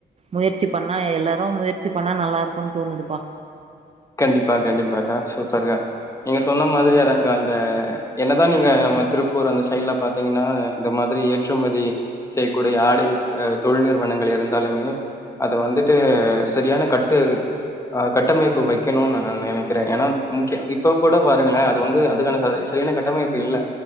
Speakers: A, on the right; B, on the left.
A: முயற்சி பண்ணா எல்லாரும் முயற்சி பண்ணா நல்லா இருக்கும்ன்னு தோணுது பா
B: கண்டிப்பா கண்டிப்பாக்கா சூப்பர்க்கா நீங்க சொன்ன மாதிரி அதான்ங்க அந்த என்னதான் நீங்க நம்ம திருப்பூர் அந்த சைட்ல பாத்தீங்கன்னா இந்த மாதிரி ஏற்றுமதி செய்யக்கூடிய ஆடை தொழில் நிறுவனங்கள் இருந்தாலுமே அத வந்துட்டு சரியான கட்டு கட்டமைப்பு வைக்க வைக்கணும்னு நான் நினைக்கிறேன் ஏன்னா முக்கி இப்ப கூட பாருங்களேன் அது வந்து அதுக்கான சரியான கட்டமைப்பு இல்ல